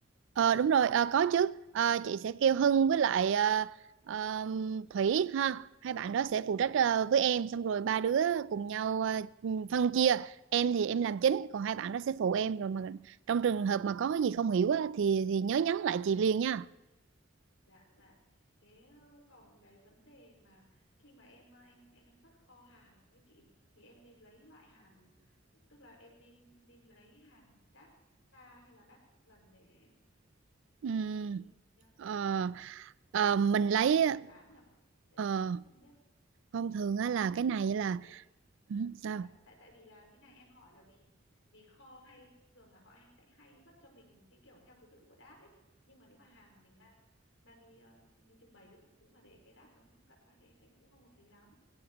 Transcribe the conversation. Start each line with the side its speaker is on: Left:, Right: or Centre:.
Right: ờ, đúng rồi ờ, có chứ Ờ, chị sẽ kêu Hưng với lại ờ, ờ, Thủy ha hai bạn đó sẽ phụ trách ờ, với em xong rồi ba đứa cùng nhau ờ, ừ, phân chia em thì em làm chính còn hai bạn đó sẽ phụ em rồi
Left: dạ
Right: mà trong trường hợp mà có cái gì không hiểu á, thì thì nhớ nhắn lại chị liền nha
Left: dạ dạ thế ờ, còn cái vấn đề mà khi mà em ờ, em em xuất kho hàng với chị thì em nên lấy loại hàng tức là em nên nên lấy hàng đắt xa hay là đắt gần để em
Right: Ừm,
Left: mang đi ờ,
Right: ờ, ờ, mình
Left: để
Right: lấy
Left: phòng để bán nhỉ tại
Right: ờ,
Left: vì em cũng không biết
Right: thông thường á là cái này là
Left: tại vì
Right: ừ,
Left: ừ,
Right: sao
Left: tại tại tại vì là thế này em hỏi là vì vì kho hay thường là họ hay- sẽ hay xuất cho mình cái kiểu theo thứ tự của đát ấy nhưng mà nếu mà hàng mà mình mang mang đi ờ, đi trưng bày với các thứ mà để cái đát nó cận quá thì em thấy nó cũng không hợp lý lắm